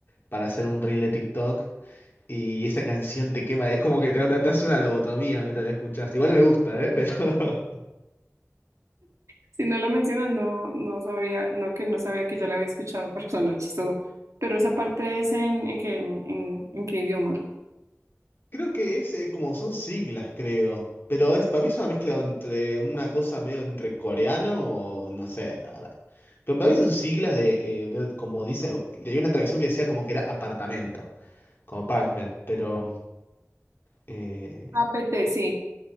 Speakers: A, on the left; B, on the right.
A: para hacer un reel de TikTok. Y esa canción te quema, es como que te, te hace una lobotomía mientras la escuchas. Igual me gusta, ¿eh? Pero <laughs>
B: Si no la mencionas, no, no sabría, no que no sabía que ya la había escuchado, <laughs> pero suena chistoso. Pero esa parte es en, en, qué- en, en- en qué idioma.
A: creo que es eh, como son siglas, creo. Pero es, para mí es una mezcla entre una cosa medio entre coreano o no sé, la verdad. Pero para mí son siglas de, eh, de- como dice, leí una traducción que decía como que era apartamento, como apartment, pero, eh,
B: APT, sí,